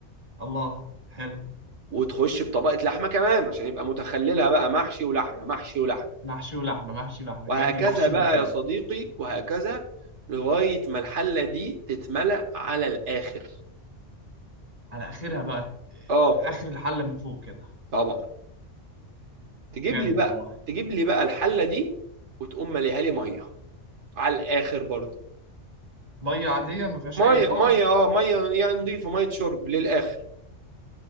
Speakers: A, on the right; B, on the right.
A: الله حلو
B: وتخش بطبقه لحمه كمان عشان يبقى متخللها بقى محشي ولحمه محشي ولحمه
A: محشي ولحمة محشي ولحمة
B: وهكذا
A: كأني بحشيهم
B: بقى
A: كده
B: يا صديقي وهكذا لغايه ما الحله دي تتملأ على الاخر
A: على آخرها بقى آه،
B: اه
A: آخر الحلة من فوق كده
B: طبعا تجيب
A: جامد
B: لي بقى
A: والله
B: تجيب لي بقى الحله دي وتقوم مليها لي ميه على الاخر برضه
A: مية عادية ما فيهاش
B: ميه
A: أي طعم
B: ميه اه ميه يعني نضيفه ميه شرب للاخر